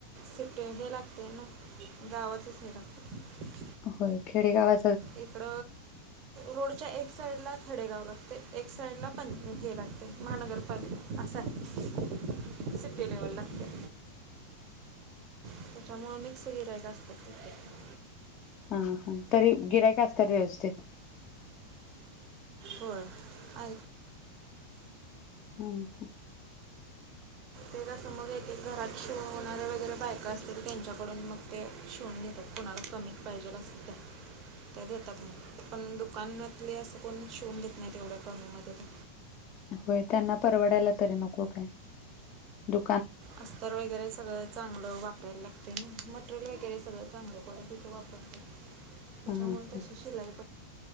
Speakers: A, on the right (about 40°); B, on the left (about 35°).
A: सिट्टे हे लागते ना गावातच हे लागते
B: हो खेडे गावा
A: इकड रोडच्या एक साइड ला खडेगाव लागते एक साईडला पंचख हे लागते महानगरपालिका असा आहे सि्टी लेवल लागते त्याच्यामुळे मिकस गिराय का असतात तिकडे
B: हा हा तरी गिरायक असतात व्यवस्थित
A: वळ आ
B: हम् ह
A: वकासं मग एक एक घरात शिवणार्या वगैरे बायकां असतील तर त्यांच्याकडून मग ते शिवून घेतात कोणाला कमी पाहिजेला सुध्या का देतात म- पण दुकानातले असं कोण शिवून देत नाहीत तेवढ्या कमीमध्ये ते
B: होय त्यांना परवडायला तरी नको काय दु-
A: अस्तर वगैरे सगळं चांगलं वापरायला लागते ना मटेरियल वगैरे सगळ्या चांगल्या क्वालिटीचा वापर करात- त्याच्यामध्ये
B: हां हां
A: सुश ला आहे